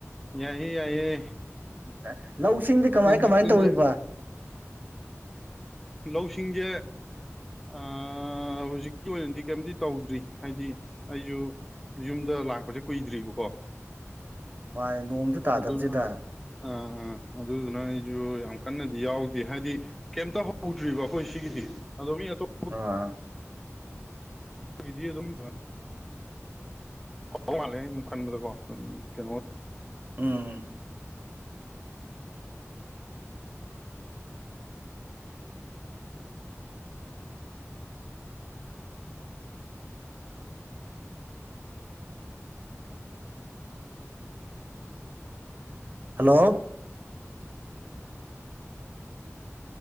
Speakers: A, in the centre; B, on the right.
A: ꯌꯥꯏꯌꯦ ꯌꯥꯏꯌꯦ
B: ꯎ ꯂꯧꯁꯤꯡꯗꯤ ꯀꯃꯥꯏ
A: ꯄꯨꯟꯁꯨ
B: ꯀꯃꯥꯏꯅ
A: ꯄꯨꯟꯁꯦ
B: ꯇꯧꯔꯤꯕ
A: ꯂꯧꯁꯤꯡꯁꯦ ꯑ ꯍꯧꯖꯤꯛꯀꯤ ꯑꯣꯏꯅꯗꯤ ꯀꯩꯝꯗꯤ ꯇꯧꯗ꯭ꯔꯤ ꯍꯥꯏꯗꯤ ꯑꯩꯁꯨ ꯌꯨꯝꯗ ꯂꯥꯛꯄꯁꯦ ꯀꯨꯏꯗ꯭ꯔꯤꯕꯀꯣ
B: ꯃꯥ ꯅꯣꯡꯗꯨ ꯇꯥꯗꯕꯁꯤꯗ
A: ꯑꯗꯨ ꯑꯥ ꯑꯥ ꯑꯗꯨꯗꯨꯅ ꯑꯩꯁꯨ ꯌꯥꯝ ꯀꯟꯅꯗꯤ ꯌꯥꯎꯗꯦ ꯍꯥꯏꯗꯤ ꯀꯩꯝꯇ ꯍꯧꯗ꯭ꯔꯤꯕ ꯑꯩꯈꯣꯏ ꯁꯤꯒꯤꯗꯤ ꯑꯗꯣ ꯃꯤ ꯑꯇꯣꯞꯄ
B: ꯑꯥ
A: ꯏ ꯑꯗꯨꯝ ꯄꯥꯎ ꯃꯥꯜꯂꯦ ꯁꯨꯝ ꯈꯟꯕꯗꯀꯣ ꯀꯩꯅꯣ
B: ꯎꯝ ꯍꯜꯂꯣ